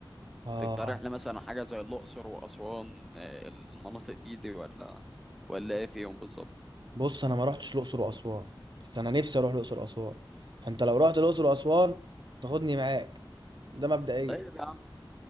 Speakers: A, on the right (about 60°); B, in the centre.
A: اه
B: تقترح لي مثلا حاجه زي الاقصر واسوان آه، المناطق دي دي ولا ولا ايه فيهم بالظبط
A: بص انا ما رحتش الاقصر واسوان بس انا نفسي اروح الاقصر واسوان فانت لو رحت الاقصر واسوان تاخدني معاك ده مبدئيا
B: طيب يا عم